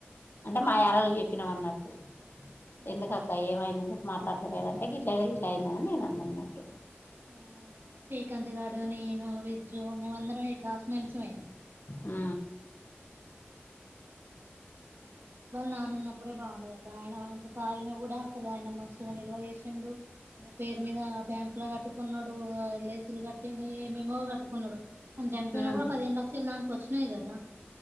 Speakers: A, on the left; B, on the right.
A: అంటే
B: ఉమ్
A: మా యరాలు చెప్పినం అన్నట్టు
B: ఉమ్
A: ఎందుకక్క ఏమైంది ఎందుక్ మాట్లాడతలేడంటే గిట్ల అయేదే ఇట్లా అయిందన్ నేన్ అన్న అన్నట్టు
B: ఆ శ్రీకాంత్ గాడు నేను విజ్జు మేమ్ అందరం క్లాస్మేంట్స్మే
A: ఆ
B: వాళ్ నానమ్మక్ అప్పుడే బాగుండేదక్క ఆయన ఇంత తాగిన కూడా అసలు ఆయన మస్తు నిల్వ చేసిండు ఆయన పేరు మీద బ్యాంక్ ల కట్టుకున్నాడు ఎల్ఐసి లు కట్టిండు ఎమేమో కట్టుకున్నాడు అన్ చనిపోయినా
A: ఉమ్
B: కూడా పదిహేను లక్షల దాంక వచ్చినాయి కదా